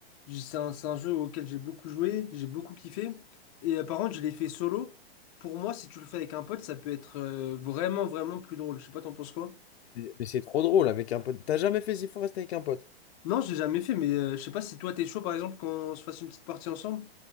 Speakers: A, on the left (about 35°); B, on the left (about 90°).
A: j- c'est un, c'est un jeu auquel j'ai beaucoup joué, j'ai beaucoup kiffé. Et euh, par contre, je l'ai fait solo. Pour moi, si tu le fais avec un pote, ça peut être euh, vraiment, vraiment plus drôle. Je sais pas, t'en penses quoi?
B: Mais mais c'est trop drôle avec un pote. T'as jamais fait The Forest avec un pote?
A: Non, j'ai jamais fait, mais euh, je sais pas si toi, t'es chaud, par exemple, qu'on se fasse une petite partie ensemble.